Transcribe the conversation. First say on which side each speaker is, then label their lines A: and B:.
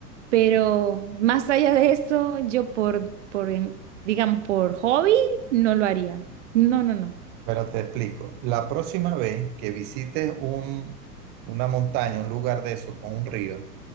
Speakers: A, on the right; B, on the right.
A: Pero más allá de eso, yo por, por, em, digamos, por hobby, no lo haría. No, no, no.
B: Pero te explico, la próxima vez que visites un, una montaña, un lugar de eso con un río,